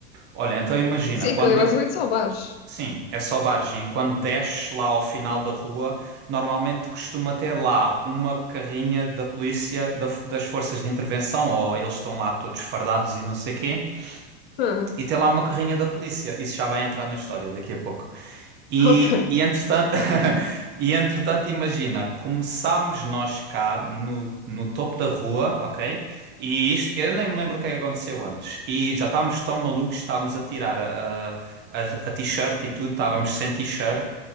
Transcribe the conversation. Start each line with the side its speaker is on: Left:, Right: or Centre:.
Right: Olha, então imagina,
Left: Sim,
Right: quando
Left: aquilo é
Right: eu.
Left: basicamente só bares.
Right: Sim, é só bares. E quando desces lá ao final da rua, normalmente costuma ter lá uma carrinha da polícia, da- das forças de intervenção, ou eles estão lá todos fardados e não sei quê.
Left: Ah,
Right: E tem lá uma carrinha da polícia. Isso já vai entrar na história daqui a pouco. E,
Left: ok.
Right: e entretanto, <laughs> e entretanto, imagina, começámos nós cá no, no topo da rua, ok? E isto, eu nem me lembro o que é que aconteceu antes. E já estávamos tão malucos, estávamos a tirar a, a, a a t-shirt e tudo, estávamos sem t-shirt